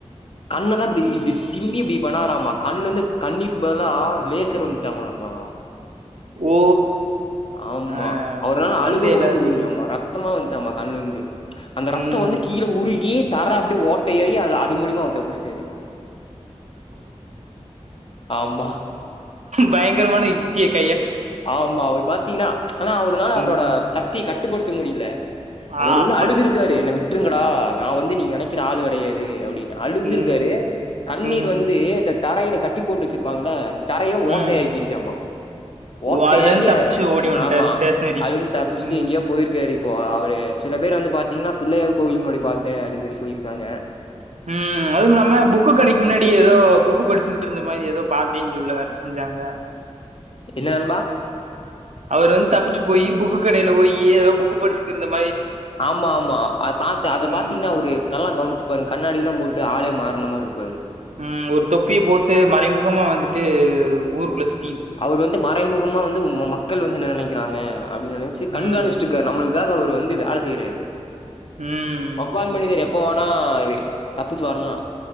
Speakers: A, on the left; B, on the right.
A: கண்ணதான் இப்படி இப்படி சிம்பி இப்படி பண்ணாராமா கண்லேருந்து கண்ணிர்கு பதிலா லேசர் வந்துச்சாமா நண்பா
B: ஓ
A: ஆமா
B: ஆ
A: அவர்னாலும் அழுக
B: வந்து
A: கூட
B: எல்லாத்தையு
A: முடியல ஆமா ரத்தமா வந்து சாமா கண்ணுல இருந்து அந்த
B: ம்
A: ரத்தம் வந்து கீழே உருகி தர அப்படியே ஓட்டையாயி அது அது மூழியமா அவரு தப்பிச்சிட்டாரு ஆமா,
B: பயங்கரமான இத்தியக்
A: ஆமா அவரு பாத்தீங்கனா ஆனா அவருனால அவரோட
B: ம்
A: சக்திய கட்டுப்படுத்த முடியல அவரு
B: ஆ
A: வந்து அழுது
B: அப்
A: இருக்காரு என்னை வி விட்டுருங்கடா நா வந்து நீங்க நெனைக்கிற ஆளு கெடையாது அப்படின் அழுந்திருக்காரு
B: ம்
A: கண்ணீர்
B: ம்
A: வந்து தரையில கட்டி போட்டு வச்சிருப்பாங்கள அந்த தரையோ ஓட்டையாக்கிருச்சாமா
B: ம்
A: ஓட்டையாகி
B: ஓ, அதுல இருந்து தப்பிச்சு ஓடி வன்ட்டாரு
A: ஆமா
B: ஸ்டேஷனரிக்கு
A: அதுனு தப்பிச்சுட்டு
B: ம்
A: எங்கயோ போயிருக்காரு இப்போ அவரு சில பேர் வந்து பாத்தீங் பிள்ளையார் கோவில் முன்னாடி பாத்த அப்படின் சொல்லி சொல்லிருக்காங்க
B: ம் அதுவும் இல்லாம புக்கு கடைக்கு முன்னாடி ஏதோ புக்கு படிச்சுக்கிட்டு இருந்த மாதி ஏதோ பாத்தேன் சொல்ல வேற செ செஞ்சாங்க
A: என்ன நண்பா
B: அவர் வந்து தப்பிச்சு போயி புக்கு கடையில போயி ஏதோ புக்கு படிச்சுக்குறு இருந்த மா
A: ஆமா ஆமா அத பாத்து அத
B: ம்
A: பாத்தீங்கன்னா ஒரு நல்லா கவனிச்சு பாருங்க கண்ணாடிலா போட்டு ஆளே மா அந்த மாரி இருப்பாரு
B: ம் ஒரு தொப்பி போட்டு மறைமுகமா வந்துட்டு ஒரு ஊருக்குள்ள சுத்
A: அவர் வந்து மறைமுகமா வந்து மக்கள் வந்து என்ன நெனைக்கிறாங்க அப்படின் நெனச்சு கண்காணிச்சூட்டு
B: ம்
A: இருக்காரு நம்மளு காக அவர் வந்து வேல செய்றாரு
B: ம்
A: வவ்வால் மனிதர் எப் போனாரு தப்பிச்சு வரலா